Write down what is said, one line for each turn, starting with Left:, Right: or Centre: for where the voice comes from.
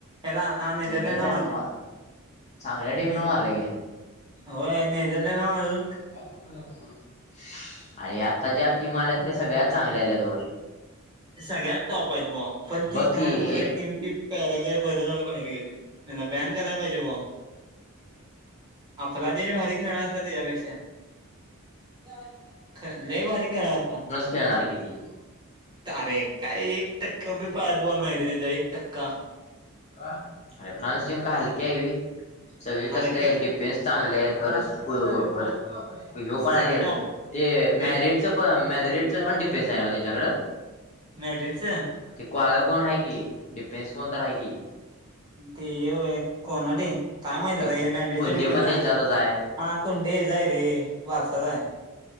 Right: एला ह नेदरलडला
Left: नेदरलँडला
Right: मारली
Left: मारलं चांगल्या टीमला
Right: न
Left: मारल्या की त्यांनी
Right: होय नेझडंल वाळु
Left: <inaudible> आणि आता ज्या टीम आल्यात त्या सगळ्या चांगल्या आल्यात वर
Right: सगळ्यात टॉप आहेत बावा पण
Left: बघ
Right: ती घाण
Left: की
Right: लावड
Left: एक
Right: टीम त पॅरग बरं झालं बाहेर गेली त्याचां बॅन करायला पाहिजे बा आपला देश भारी खेळला असता त्याच्यापेक्षा आ लयी भारी खेळा असतता
Left: खेळणारण ती
Right: अरे काय एक टक्का बी पायात बोल नाही रे त्यांचा एक टक्का
Left: का अरे फ्रान्स टीम का हलकी्या आहे. सगळे
Right: हलकी
Left: कसले आहे डीप पेस चांगले आहेत खर च परत पण
Right: सगळी
Left: आहे
Right: टॉप
Left: ते
Right: डे
Left: मॅरेट च पण मॅरेगेट पण <inaudible> डिपें्स आहे त्यांच्याकडं
Right: मॅड्रिस च
Left: ते क्वाळ कोण आहे. की डिफेन्स कोण तर आहे की
Right: ते ये कोणाट काय माहित
Left: ते
Right: आता <inaudible> मॅ डिफें
Left: कुंदे पण त्यांच्यातच आहे
Right: हा कोुंडी हे जाय रे वारसा जाय